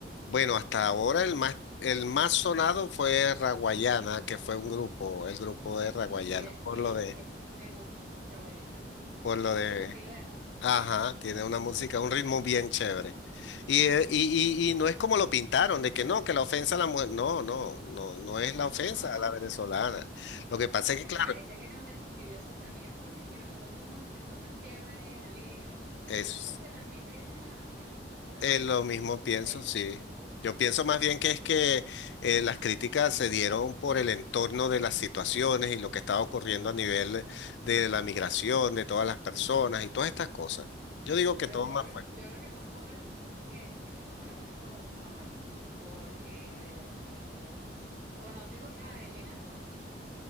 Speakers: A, on the left; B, on the right.
A: bueno, hasta ahora el más, el más sonado fue Raguayana, que fue un grupo, el grupo de Raguayana,
B: Y él
A: por
B: él
A: lo de,
B: es, me gusta, Raboyana me gusta.
A: por lo
B: Me gusta
A: de
B: su estilo de música.
A: Ajá, tiene una música, un ritmo bien chévere. Y, eh, y, y, y no es como lo pintaron, de que no, que la ofensa a la mujer. No, no, no, no es la ofensa
B: No, no,
A: a la
B: no,
A: venezolana.
B: no.
A: Lo que pasa es
B: Me
A: que, claro,
B: parece que nos describió súper bien porque es que nosotros somos unas personas chéveres, alegres. Yo
A: es
B: creo que eso es lo que transmite él en la, en las músicas
A: eh,
B: de,
A: lo
B: en,
A: mismo
B: en
A: pienso,
B: sus letras.
A: sí. Yo pienso más bien que es que eh, las críticas se dieron por el entorno de las situaciones y lo que estaba ocurriendo a nivel de la migración, de todas las personas y todas estas cosas. Yo digo que
B: Pero
A: todo
B: yo
A: más
B: creo que,
A: fue.
B: yo creo que son pocas las personas que, que se tomaron esto a mal, porque de verdad que la canción pegó mucho. ¿Conoces a Elena Rose?